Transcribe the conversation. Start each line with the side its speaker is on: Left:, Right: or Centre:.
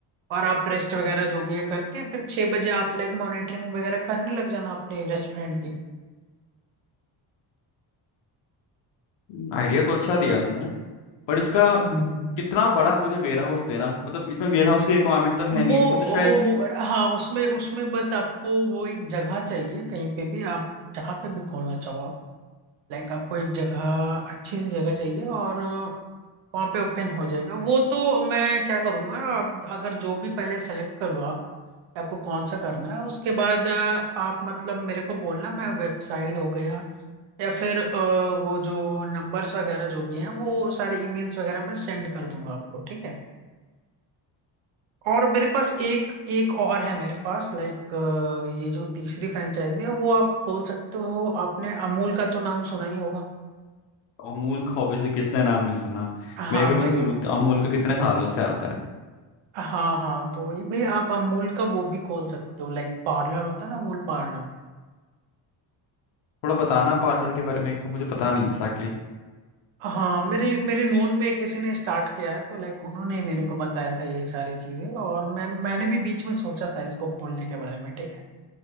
Right: और आप रेस्ट वगैरह जो भी है करके फिर छह बजे आप लाइक मॉनिटरिंग वगैरह करने लग जाना अपने रेस्टोरेंट की
Left: exactly. आइडिया तो अच्छा दिया तुमने पर इसका
Right: हम्म हम्म।
Left: कितना बड़ा मुझे वेयर हाउस देना मतलब इसमें वेयर हाउस की रिक्वायरमेंट तो है नहीं
Right: वो
Left: इसमें तो शायद
Right: ओ, वो हाँ उसमें उसमें बस आपको वो एक जगह चाहिए कहीं पे भी आप जहाँ पे भी खोलना चाहो लाइक आपको एक जगह अच्छी सी जगह चाहिए और वहाँ पे ओपन हो जाएगा वो तो मैं क्या करूँगा आप अगर जो भी पहले सेलेक्ट कर लो आप कि आपको कौन सा करना है उसके बाद अ, आप मतलब मेरे को बोलना मैं वेबसाइट हो गया या फिर अ, वो जो नंबर्स वगैरह जो भी हैं वो सारे ईमेल्स वगैरह मैं सेंड कर दूंगा आपको ठीक है और मेरे पास एक एक और है मेरे पास लाइक ये जो तीसरी फ्रेंचाइजी है वो आप बोल सकते हो आपने अमूल का तो नाम सुना ही होगा
Left: अमूल का ऑब्वियसली किसने नाम नहीं सुना
Right: हाँ
Left: मेरे घर में
Right: भाई
Left: तो दूध अमूल का कितने सालों से आता है
Right: हाँ हाँ तो वही भाई आप अमूल का वो भी खोल सकते हो लाइक पार्लर होता है ना अमूल पार्लर
Left: थोड़ा बताना पार्लर के बारे में एक तो मुझे पता नहीं एग्जैक्टली exactly.
Right: हाँ मेरे मेरे नोन में किसी ने स्टार्ट किया है तो लाइक उन्होंने मेरे को बताया था ये सारी चीजें और मैं मैंने भी बीच में सोचा था इसको खोलने के बारे में ठीक है